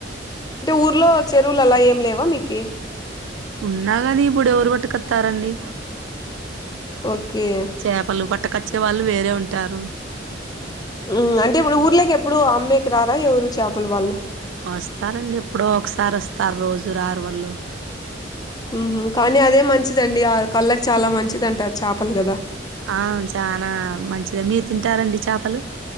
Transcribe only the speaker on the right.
ఉన్నాగానీ ఇప్పుడు ఎవరు బట్టుకొత్తరండి.
చ్యపలు పట్టకచ్చే వాళ్ళు వేరే ఉంటారు
ఓస్తారండి ఎప్పుడో ఒక్సారి ఒస్తారు రోజు రారు వోళ్ళు
ఆ వున్ చానా మంచిదే మీరు తింటారండి చాపలు